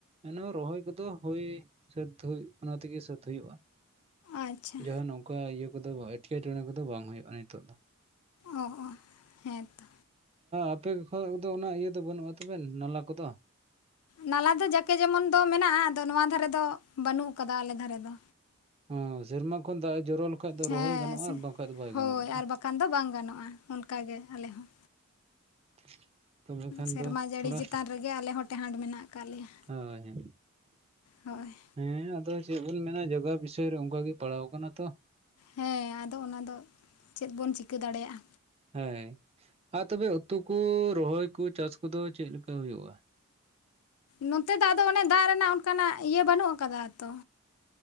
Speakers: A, on the right; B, on the left.
A: ᱮ ᱨᱚᱦᱚᱭ ᱠᱚᱫᱚ ᱦᱩᱭ ᱥᱟᱹᱛ ᱦᱩᱭᱩᱜ ᱚᱱᱟ ᱛᱮᱜᱮ ᱥᱟᱹᱛ ᱦᱩᱭᱩᱜᱼᱟ᱾
B: ᱟᱪᱪᱷᱟ
A: ᱡᱟᱦᱟᱸ ᱱᱚᱝ ᱠᱟ ᱤᱭᱟᱹ ᱠᱚᱫᱚ ᱮᱴᱠᱮᱴᱚᱬᱮᱸ ᱠᱚᱫᱚ ᱵᱟᱝ ᱦᱩᱭᱩᱜᱼᱟ ᱱᱤᱛᱚᱜ ᱫᱚ
B: ᱚᱸ ᱚᱸᱦᱮᱸ ᱛᱚ
A: ᱟᱯᱮ ᱠᱷᱚᱡ ᱫᱚ ᱚᱱᱟ ᱤᱭᱟᱹ ᱫᱚ ᱵᱟᱹᱱᱩᱜᱼᱟ ᱛᱚᱵᱮ ᱱᱟᱞᱟ ᱠᱚᱫᱚ
B: ᱱᱟᱞᱟ ᱫᱚ ᱡᱟᱠᱮ ᱡᱮᱢᱚᱱ ᱫᱚ ᱢᱮᱱᱟᱜᱼᱟ ᱟᱫᱚ ᱱᱚᱣᱟ ᱫᱷᱟᱨᱮ ᱫᱚ ᱵᱟᱹᱱᱩᱜ ᱟᱠᱟᱫᱟ ᱟᱞᱮ ᱫᱷᱟᱨᱮ ᱫᱚ᱾
A: ᱦᱚᱸ ᱥᱮᱨᱢᱟ ᱠᱷᱚᱱ ᱫᱟᱜ ᱮ ᱡᱚᱨᱚᱼᱼ ᱵᱟᱝ ᱠᱷᱟ ᱫᱚ
B: ᱦᱮᱸ
A: ᱨᱚᱦᱚᱭ ᱜᱟᱱᱚᱜᱼᱟ
B: ᱥᱮ
A: ᱟᱨ ᱵᱟᱝᱠᱷᱟᱱ ᱫᱚ ᱵᱟᱭ
B: ᱦᱳᱭ
A: ᱜᱟᱱᱚᱜᱼᱟ
B: ᱟᱨ
A: ᱵᱟᱝ
B: ᱵᱟᱠᱷᱟᱱ ᱫᱚ ᱵᱟᱝ ᱜᱟᱱᱚᱜᱼᱟ ᱚᱱᱠᱟᱜᱮ ᱟᱞᱮ ᱦᱚᱸ
A: <inaudible> ᱠᱷᱟᱱ
B: ᱥᱮᱨᱢᱟ
A: ᱫᱚ
B: ᱡᱟᱹᱲᱤ
A: ᱛᱷᱚᱲᱟ
B: ᱪᱮᱛᱟᱱ ᱨᱮᱜᱮ ᱟᱞᱮ ᱦᱚᱸ ᱴᱮᱦᱟᱸᱰ ᱢᱮᱱᱟᱜ ᱠᱟᱜ ᱞᱮᱭᱟ᱾
A: ᱦᱳᱭ ᱦᱳᱭ
B: ᱦᱳᱭ
A: ᱦᱮᱸ ᱟᱫᱚ ᱪᱮᱫ ᱵᱚᱱ ᱢᱮᱱᱟ ᱡᱟᱜᱟᱣ ᱵᱤᱥᱚᱭ ᱨᱮ ᱚᱱᱠᱟ ᱜᱮ ᱯᱟᱲᱟᱣ ᱟᱠᱟᱱᱟ ᱛᱚ,
B: ᱦᱮᱸ ᱟᱫᱚ ᱚᱱᱟᱫᱚ ᱪᱮᱫ ᱵᱚᱱ ᱪᱤᱠᱟᱹ ᱫᱟᱲᱮᱭᱟᱜᱼᱟ᱾
A: ᱦᱮᱸ ᱟᱨ ᱛᱚᱵᱮ ᱩᱛᱩ ᱠᱚ ᱨᱚᱦᱚᱭ ᱠᱚ ᱪᱟᱥ ᱠᱚᱫᱚ ᱪᱮᱫ ᱞᱮᱠᱟ ᱦᱩᱭᱩᱜᱼᱟ᱾
B: ᱱᱚᱛᱮ ᱫᱚ ᱟᱫᱚ ᱚᱱᱮ ᱫᱟᱜ ᱨᱮᱱᱟᱜ ᱚᱱᱠᱟᱱᱟᱜ ᱤᱭᱟᱹ ᱵᱟᱹᱱᱩᱜ ᱟᱠᱟᱫᱟ ᱛᱚ